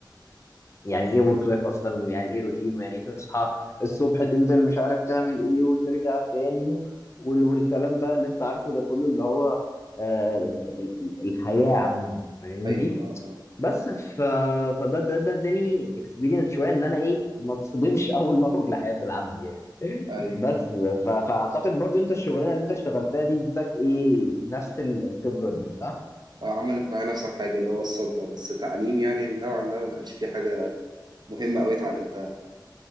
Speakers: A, on the left; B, on the right.
A: يعني ايه ورك لايف اصلا ويعني ايه روتين ويعني ايه تصحى الصبح تنزل مش عارف تعمل ايه وترجع تاني وال- والكلام بقى اللي انت عارفه ده كله اللي هو آه يعني ال- ال- الحياة عموما فاهمني
B: ايوه اه
A: بس ف... فده ده ده اداني اكسبيرينس شويه ان انا ايه ما اتصدمش <laughs> اول ما اخرج لحياه العمل يعني
B: اه ايوه
A: بس ف... فاعتقد برضو انت الشغلانه اللي انت اشتغلتها دي اديتك ايه نفس ال- الخبره دي صح؟
B: آه، عملت معايا نفس الحاجة اللي هو الصدمة بس تعليم يعني نوعا ما ما كانش فيه حاجة مهمة أوي اتعلمتها